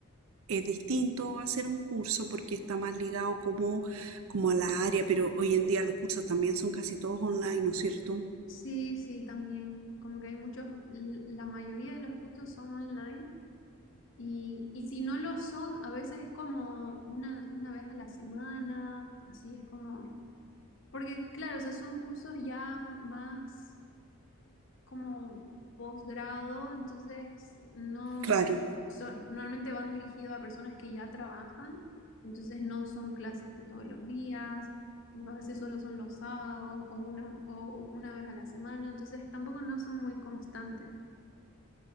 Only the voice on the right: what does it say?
es distinto hacer un curso porque está más ligado como, como a la área, pero hoy en día los cursos también son casi todos online, ¿no es cierto?
Claro,